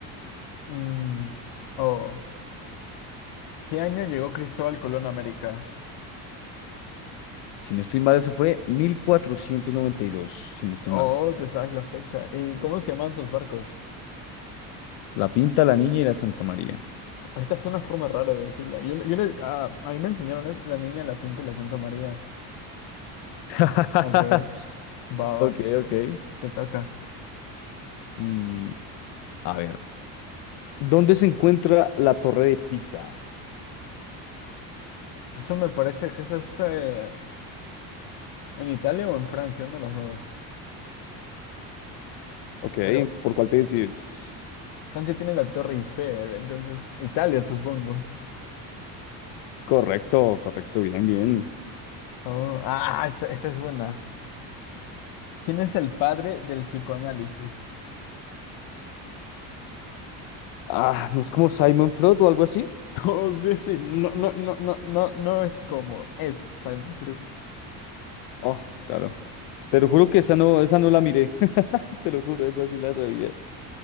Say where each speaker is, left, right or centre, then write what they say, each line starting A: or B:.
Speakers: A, on the left; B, on the left.
A: Mm, Oh. ¿Qué año llegó Cristóbal Colón a América?
B: Si no estoy mal, eso fue 1492, si no estoy
A: Oh,
B: mal.
A: te sabes la fecha. ¿Y cómo se llaman sus barcos?
B: La pinta la niña y la Santa María.
A: Esta es una forma rara de decirla. Yo, le- yo le- ah, a mí me enseñaron es la niña, la pinta y la Santa María.
B: <laughs>
A: Al revés. Va,
B: Ok,
A: va, te,
B: ok.
A: te toca.
B: Mm, a ver, ¿dónde se encuentra la Torre de Pisa?
A: Eso me parece que es este, en Italia o en Francia, uno de los dos.
B: Ok,
A: Pero
B: ¿por cuál te decís?
A: Francia tiene la Torre Eiffel, entonces Italia, supongo.
B: Correcto, correcto, bien, bien.
A: Oh, ah, esta, esta es buena. ¿Quién es el padre del psicoanálisis? <laughs>
B: Ah, ¿no es como Simon Freud o algo así?
A: Oh, sí, sí, no, no, no, no, no, no es como, es Simon Bruto.
B: Oh, claro. Te lo juro que esa no, esa no la miré. <laughs> Te lo juro, esa sí la sabía.